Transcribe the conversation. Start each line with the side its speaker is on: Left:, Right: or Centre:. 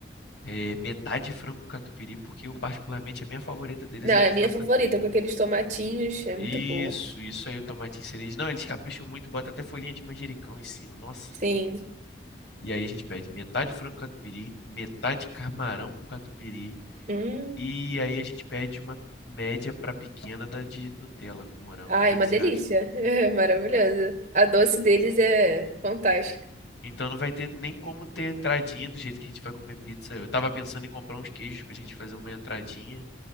Left: É, metade de frango catupiry, porque eu particularmente a minha favorita deles
Right: Não,
Left: é
Right: é
Left: a de
Right: minha
Left: frango
Right: favorita,
Left: catupiry.
Right: com aqueles tomatinhos, é
Left: Isso,
Right: muito boa.
Left: isso aí o tomatinho cereja. Não, eles capricham muito, bota até folhinha de manjericão em cima, nossa.
Right: Sim.
Left: E aí a gente pede metade frango catupiry, metade camarão com catupiry
Right: Hum.
Left: e aí a gente pede uma média para pequena da de Nutella com morango.
Right: Ai,
Left: O que
Right: uma
Left: que você
Right: delícia.
Left: acha?
Right: <laughs> É maravilhosa. A doce
Left: Então
Right: deles
Left: tá bom.
Right: é fantástica.
Left: Então não vai ter nem como ter entradinha do jeito que a gente vai comer pizza. Eu tava pensando em comprar uns queijos pra gente fazer uma entradinha,